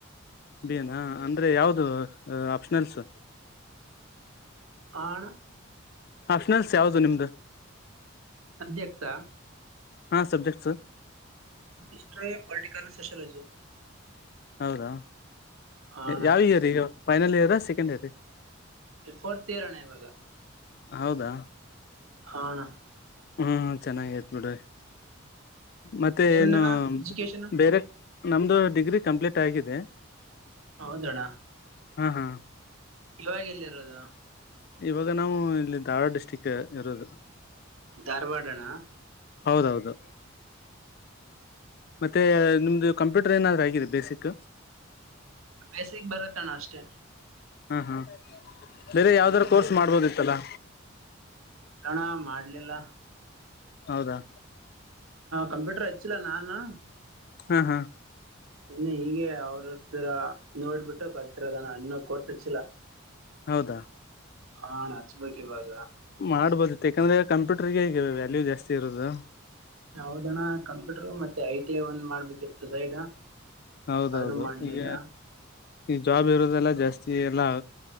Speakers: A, on the left; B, on the right.
A: ಬೇನಾ ಅಂದ್ರೆ ಯಾವ್ದ ಆಪ್ಷನಲ್ಸ್
B: ಹಣ
A: ಅಪ್ಷನನ್ಸ್ ಯಾವವುದು ನಿಮ್ದು
B: ಸಬ್ಜೆಕ್ಟ್ಸಾ
A: ಹಾ ಸಬ್ಜೆಕ್ಟ್ ಸ
B: ಹ್ಟ್ರ ಪೊಲಿಟಿಕಲ್ ಸೋಶಿಯೋಲಜಿ
A: ಹೌದಾ
B: ಹಾ ಅಣ್ಣ
A: ಯಾವ ಇಯರ್ ಈಗ final year second year
B: four ತರಾನ ಇವಾಗ
A: ಹೌದಾ
B: ಹಣ
A: ಹ್ಮ್ ಚೆನ್ನಾಗ ಆತ್ ಬಿಿಡ್ರಿ ಮತ್ತೆ
B: ನಿಮ್ದಣ್ಣ
A: ಏನು
B: ಎಜುಕೇಶನ್
A: ಬೇರೆ ನಮ್ದು ಡಿಗ್ರಿ ಕಂಪ್ಲೀಟ್ ಆಗಿದೆ
B: ಹೌದಣ್ಣ
A: ಹಾ ಹಾ
B: ಇವಾಗ ಎಲ್ಲಿರೋದು
A: ಇವಾಗ ನಾವು ಇಲ್ಲಿ ಧಾರವಾಡ ಡಿಸ್ಟ್ರಿಕ್ ಇರೋದು
B: ಧಾರವಾಡನಾ
A: ಹೌದೌದು ಮತ್ತೆ ನಿಮ್ದು ಕಂಪ್ಯೂಟರ್ ಏನಾದ್ೂ ಆಗಿದೆ ಬೇಸಿಕ್
B: ಬೇಸಕ್ ಬರತಣ ಅಷ್ಟೇ
A: ಹ್ಮ್ ಹ್ಮ ಬೇರೆ ಯಾವ್ದಾರ ಕೋರ್ಸ್ ಮಾಡ್ಬೋದಿತ್ತಲ್ಲಾ
B: ಪ್ರಣ ಮಾಡಲಿಲ್ಲ
A: ಹೌದಾ
B: ಕಂಪ್ಯೂಟರ್ ಹಚ್ಚಿಲ್ಲ ನಾನು
A: ಹಾ ಹಾ
B: ಇನ್ನು ಹೀಗೆ ಅವ್ರರ್ತರ ನೋಡ್ಬಿಟ್ಟು ಕಲ್ತಿರದಾನ ಇನ್ನ ಕೋರ್ತಚ್ಚಿಲ್ಲ
A: ಹೌದಾ
B: ಹಣ ಹಚ್ಬೇಕ ಇವಾಗ
A: ಮಾಡ್ಬೋದಿತ್ತು ಯಾಕಂದ್ರೆ ಕಂಪ್ಯೂಟರ್ಗೆ ಹೇಗ ವ್ಯಾಲ್ಯೂ ಜಾಸ್ತಿ ಇರೋದು
B: ಹಾದಣ ಕಂಪ್ಯೂಟರ್ ಮತ್ತೆ ಐ ಟಿ ಒಂದ್ ಮಾಡ್ಬೇಕಿತ್ತು ಸೈಡ್
A: ಹೌದೌದು
B: ಅದನ್ನು ಮಾಡ್ಲಿಲ್ಲ
A: ಈಗ ಈ ಜಾಬ್ ಇರೋದೆಲ್ಲಾ ಜಾಸ್ತಿ ಎಲ್ಲ